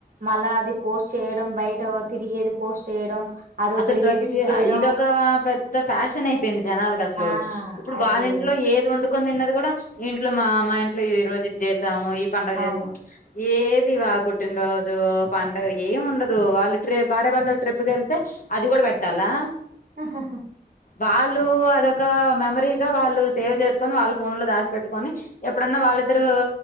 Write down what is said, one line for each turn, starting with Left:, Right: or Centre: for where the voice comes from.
Right: మళ్ళ అది పోస్ట్ చేయడం బయట తిరిగేది పోస్ట్ చేయడం అదొకటి
Left: అసల్ ప్రతి
Right: ఎడిట్ చేయడం
Left: ఇదొక పెద్ద ఫ్యాషన్ అయిపోయింది జనాలకసలు
Right: ఆ
Left: ఇప్పుడు
Right: అది
Left: వాళ్ళ ఇంట్లో ఏది వండు కుతిన్నది గూడా ఇంట్లో మా మా ఇంట్లో ఈ రోజు ఇది చేస్ స్తాము ఈ పండగ
Right: అవును
Left: చేస్ ఏది వా పుట్టినరోజు పండగ ఏమి ఉండదు వాళ్ళు భార్య భర్త ట్రిప్కి వెళ్తే అది కూడా పెట్టాలా
Right: అహహహ
Left: వాళ్ళు అదొక మెమరీగా వాళ్ళు సేవ్ చేసుకొని వాళ్ళ ఫోన్ లో దాసి పెట్టుకొని ఎప్పుడన్నా వాళ్ళిద్దరు